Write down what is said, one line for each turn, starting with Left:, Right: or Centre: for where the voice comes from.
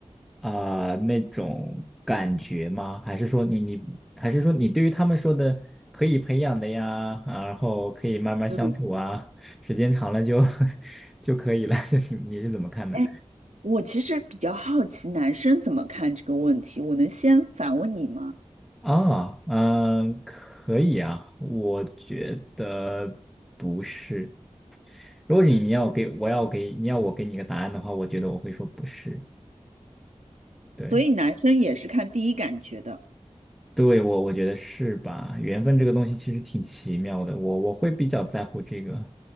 Centre: 啊、那种感觉吗？还是说你你还是说你对于他们说的可以培养的呀，啊然后可以慢慢相处啊，
Right: 嗯，
Centre: 时间长了就 <laughs> 就可以了，<laughs> 你你是怎么看的？
Right: 哎，我其实比较好奇男生怎么看这个问题，我能先反问你吗？
Centre: 啊，嗯，可以啊，我觉得不是。如果你你要给我要给你要我给你个答案的话，我觉得我会说不是。对，
Right: 所以男生也是看第一感觉的。
Centre: 对我我觉得是吧？缘分这个东西其实挺奇妙的，我我会比较在乎这个。